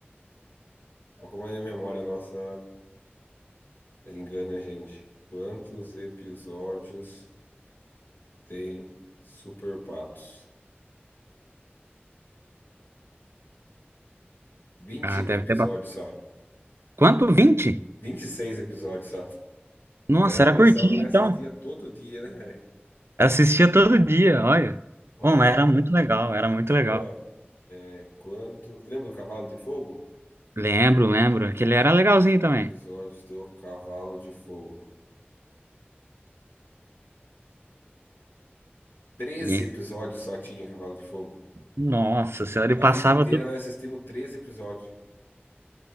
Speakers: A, on the left; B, on the right.
A: Alguma memória nossa engana a gente. Quantos episódios tem Super Patos? Vinte
B: Ah, deve
A: episódios
B: ter bastante.
A: só.
B: Quanto? 20?
A: 26 episódios só.
B: Nossa,
A: Dá a
B: era
A: impressão
B: curtinho,
A: que nós
B: então.
A: assistia todo dia, né? velho?
B: Assistia todo dia, olha.
A: Ó,
B: Bom,
A: quer
B: mas
A: ver
B: era
A: um?
B: muito legal, era muito
A: Quer
B: legal.
A: ver, ó. É, quantos... Lembra do Cavalo de Fogo?
B: Lembro, lembro. Aquele era legalzinho também.
A: Episódios do Cavalo de Fogo. Treze
B: E,
A: episódios só tinha Cavalo de Fogo.
B: nossa senhora,
A: A
B: ele passava
A: vida inteira
B: tudo.
A: nós assistimos 13 episódios.